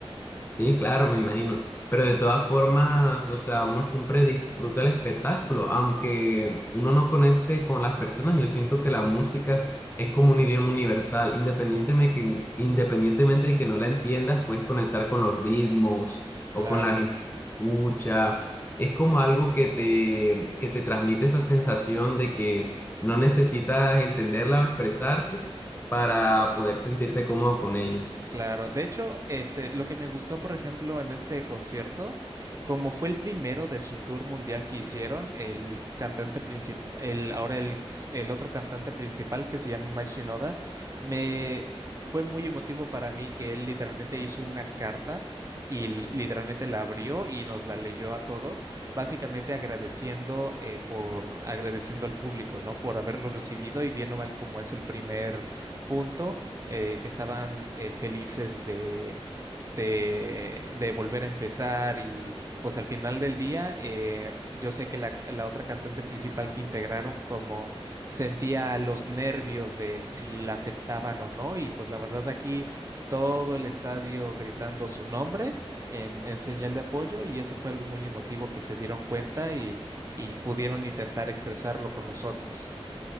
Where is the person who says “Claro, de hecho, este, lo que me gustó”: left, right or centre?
Right